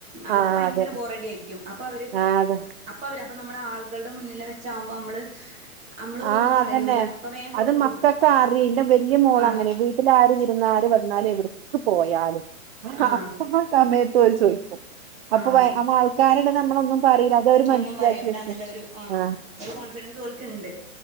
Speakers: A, on the right (about 15°); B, on the right (about 45°).
A: അവർക്ക്
B: ആഹ്
A: ഭയങ്കര
B: അതെ
A: ബോറഡ ആയിരിക്കും അപ്പൊ അവര്
B: ആഹ് അതെ
A: അപ്പൊ അവര് അപ്പൊ നമ്മള ആളുകളുടെ മുന്നില് വെച്ചാവുമ്പോ നമ്മള് നമ്മള്
B: ആ
A: ഒന്നും
B: അതന്നെ
A: പറയൂല അപ്പൊ വേഗം കൊടുക്കും
B: അത് മക്കൊക്കെ ആറി ഇന്റെ വലിയ മോളങ്ങനെ
A: ആഹ്
B: വീട്ടില ആര് വിരുന്നാര് എന്നാല് എവിടക്ക് പോയാലും
A: ആഹ്
B: അപ്പൊ ആ സമയത്ത്ര് ചോദിക്കും അപ്പൊ
A: ആഹ്
B: വ ആൾക്കാരുടെ എടുന്ന് നമ്മളൊന്നും പറീല അത അവര് മനസ്സിലാക്കി
A: ഒന്നും പറയൂല
B: വെച്ച
A: എന്നുള്ള ഒരു ആഹ്
B: ആ
A: ഒരു കോൺഫിഡൻസ് ഓൽക്ക് ഉണ്ട്